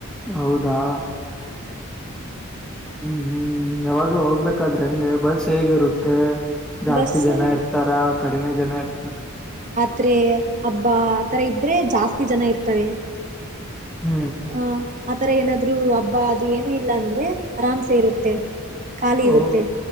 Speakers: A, in the centre; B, on the right.
A: ಹೌದಾ ಹೂ ಹೂ ಯಾವಾಗ್ಲೂ ಹೋಗ್ಬೇಕಾದ್ರೆ ಹೆಂಗೆ ಬಸ್ ಹೇಗಿರುತ್ತೆ ಜಾಸ್ತಿ
B: ಬಸ್ಸು
A: ಜನ ಇರ್ತಾರ ಕಡಿಮೆ ಜನ ಇರ್ತಾರ
B: ತ್ೆ ಹಬ್ಬಾ ಆ ತರ ಇದ್ರೆ ಜಾಸ್ತಿ ಜನ ಇರ್ತಾರೆ
A: ಹೂ
B: ಆ ಆತರ ಏನಾದ್ರು ಹಬ್ಬ ಅದು ಏನು ಇಲ್ಲ ಅಂದ್ರೆ ಆರಾಮ್ಸ ಇರುತ್ತೆ ಖಾಲಿ
A: ಹೌ
B: ಇರುತ್ತೆ